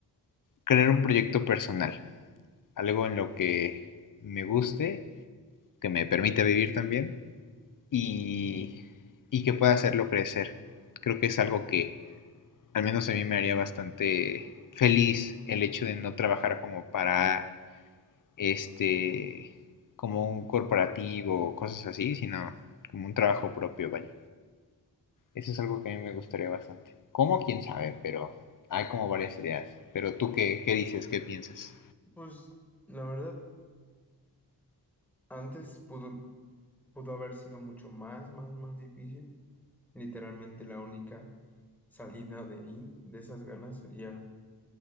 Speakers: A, on the left; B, in the centre.
A: crear un proyecto personal. Algo en lo que me guste, que me permita vivir también y, y que pueda hacerlo crecer. Creo que es algo que, al menos a mí me haría bastante feliz el hecho de no trabajar como para este como un corporativo o cosas así, sino como un trabajo propio, vaya. Eso es algo que a mí me gustaría bastante. ¿Cómo? ¿Quién sabe? Pero hay como varias ideas. Pero tú, ¿qué, qué dices? ¿Qué piensas?
B: Pues la verdad, antes pudo, pudo haber sido mucho más, más, más difícil. Literalmente la única salida de ahí, de esas ganas, sería